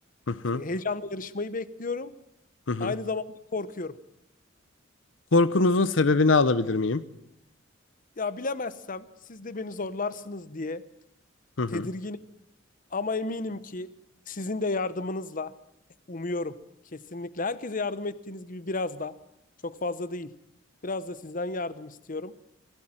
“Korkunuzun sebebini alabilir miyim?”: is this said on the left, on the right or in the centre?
Left